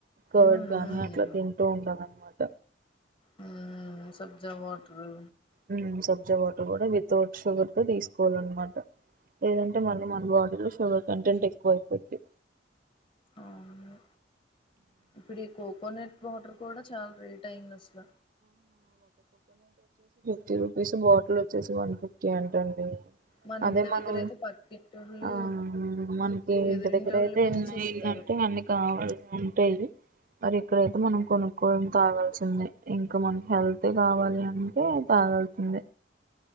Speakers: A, on the right; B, on the left.
A: కర్డ్
B: మ్మ్.
A: గాని అట్లా తింటూ ఉంటాననమాట.
B: హ్మ్ సబ్జా వాటరు.
A: హ్మ్ సబ్జా వా కూడా వితౌట్ షుగర్ తో తీసు నమాట లేదంటే మన మన బాడీలో సు కంటెంట్ ఎక్కువ అయిపోంది
B: అవును. ఇప్పుడు ఈ కోకోనట్ వాటర్ కూడా చాలా రేట్ అయింది అసల
A: ఫిటీ రుపీస్ బోల్ వచ్చే వన్ ఫిఫ్టీ అంటండి
B: మన
A: అదే
B: ఇంటి
A: మనం
B: దగ్గర అయితే పక్కింటోళ్ళు
A: ఆ మనకి
B: ఎదురింటోళ్ళు
A: ఇంటి దగ్గర అయితే
B: పిలిచిస్తారు
A: ఏందంటే అన్ని కావాలి ఉంటాది మరి ఎక్కడైతే మనం కొనుక్కోవడం తాగ చి ఇంకా మనకి హెల్త్ కావాలి అంటే బాగావుతుంది